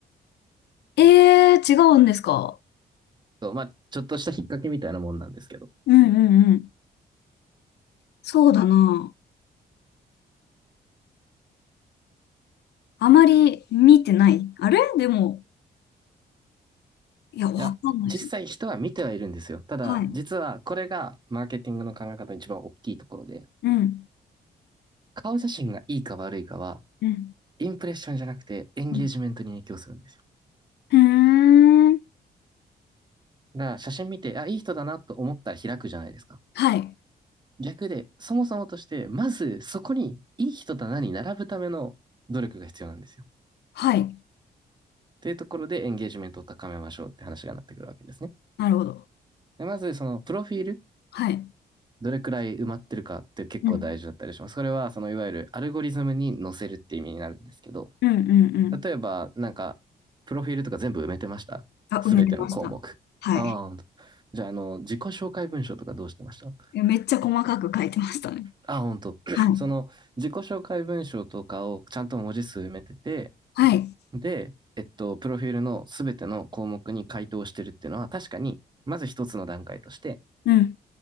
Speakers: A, on the left; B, on the right.
A: ええ違うんですか
B: そうまあ、ちょっとした引っ掛けみたいなもんなんですけど。
A: うんうんうん。そうだな。あまり見てない。あれでも、いや、わかんないです。
B: いや、実際人は見てはいるんですよ。ただ、
A: はい。
B: 実はこれがマーケティングの考え方の一番大きいところで、
A: うん。
B: 顔写真がいいか悪いかは、
A: うん。
B: インプレッションじゃなくてエンゲージメントに影響するんですよ。
A: うん。うーん。
B: だから写真見て、あ、いい人だなと思ったら開くじゃないですか。
A: はい。
B: 逆で、そもそもとして、まずそこにいい人だなに並ぶための努力が必要なんですよ。
A: はい。
B: というところでエンゲージメントを高めましょうって話がなってくるわけですね。
A: なるほど。
B: でまず、そのプロフィール、
A: はい。
B: どれくらい埋まってるかって結構大事だったりします。
A: うん。
B: それは、そのいわゆるアルゴリズムに載せるって意味になるんですけど、
A: うんうんうん。
B: 例えば、なんか、プロフィールとか全部埋めてましたすべての項目。
A: あ、埋めてました。はい。
B: ああ、ほんと。じゃあ、あの、自己紹介文章とかどうしてました
A: めっちゃ細かく書いてましたね。
B: ああ、ほんと。<coughs>
A: はい。
B: その、自己紹介文章とかをちゃんと文字数埋めてて、
A: はい。
B: で、えっと、プロフィールのすべての項目に回答してるっていうのは、確かに、まず一つの段階として、
A: うん。